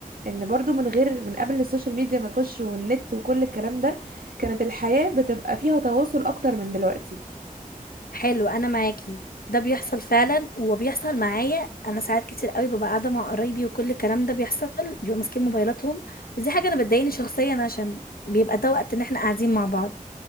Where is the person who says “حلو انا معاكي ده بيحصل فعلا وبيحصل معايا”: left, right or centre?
Left